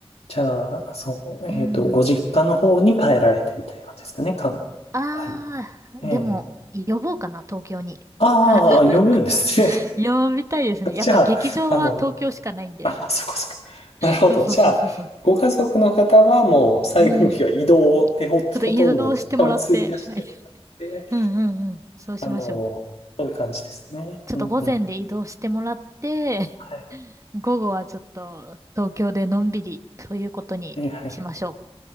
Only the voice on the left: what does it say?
じゃあ、そう、えっと、
ご実家の方に帰られてみたいな感じですかね。かん、
はい。ええ
ああ、
呼ぶんですね。
<laughs>
じゃあ、あの、あ、そこそこ。なるほど。
じゃあ、ご家族の方はもう最後の日は移動でほ、
ほとんど時間を費やしてもらって、
あの、そういう感じですね。
うんうん。はい。
はいはいはい